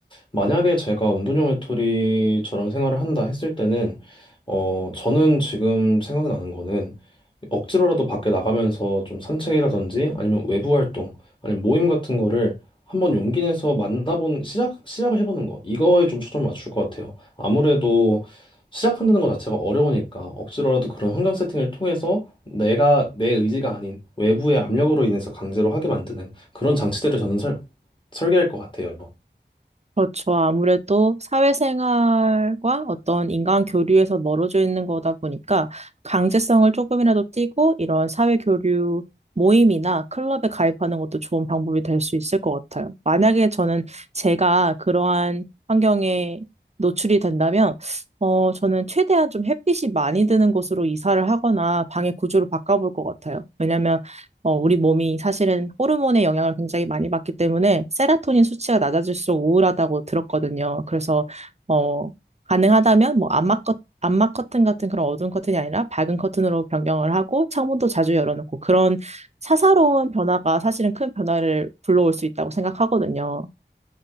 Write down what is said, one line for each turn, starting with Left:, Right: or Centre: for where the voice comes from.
Left: 만약에 제가 운동형 외톨이처럼 생활을 한다 했을 때는, 어, 저는 지금 생각나는 거는 억지로라도 밖에 나가면서 좀 산책이라든지 아니면 외부 활동, 아니면 모임 같은 거를 한번 용기 내서 만나본, 시작, 시작을 해보는 거. 이거에 좀 초점을 맞출 것 같아요. 아무래도 시작한다는 것 자체가 어려우니까 억지로라도 그런 환경 세팅을 통해서 내가 내 의지가 아닌 외부의 압력으로 인해서 강제로 하게 만드는 그런 장치들을 저는 설, 설계할 것 같아요.
Right: 그렇죠. 아무래도 사회생활과 어떤 인간 교류에서 멀어져 있는 거다 보니까 강제성을 조금이라도 띠고 이런 사회 교류 모임이나 클럽에 가입하는 것도 좋은 방법이 될 수 있을 것 같아요. 만약에 저는 제가 그러한 환경에 노출이 된다면, 어, 저는 최대한 좀 햇빛이 많이 드는 곳으로 이사를 하거나 방의 구조를 바꿔볼 것 같아요. 왜냐면 어, 우리 몸이 사실은 호르몬의 영향을 굉장히 많이 받기 때문에 세라토닌 수치가 낮아질수록 우울하다고 들었거든요. 그래서 어, 가능하다면 뭐 암막 커 암막 커튼 같은 그런 어두운 커튼이 아니라 밝은 커튼으로 변경을 하고 창문도 자주 열어놓고 그런 사사로운 변화가 사실은 큰 변화를 불러올 수 있다고 생각하거든요.